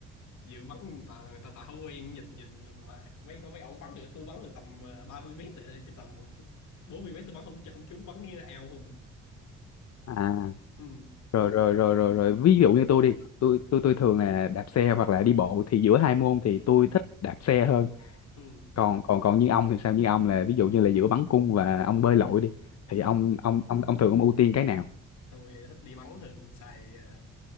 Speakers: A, on the left (about 75°); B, on the left (about 60°).
A: dự bắn người ta người ta, ta không quen nhìn nhìn mà mấy có mấy ông bắn được tôi bắn được tầm à, 30 mét rồi chứ tầm 40 mét tôi bắn không không trúng bắn như ao không
B: à
A: ừ.
B: rồi rồi rồi rồi rồi ví dụ như tôi đi tôi tôi tôi thường là đạp xe hoặc là đi bộ thì giữa hai môn thì tôi thích đạp xe hơn
A: Ừ.
B: còn còn còn như ông thì sao như ông là ví dụ như là giữa bắn cung và ông bơi lội đi thì
A: Ừ.
B: ông ông ông ông thường ông ưu tiên cái nào
A: tôi thích đi bắn thường xài ờ,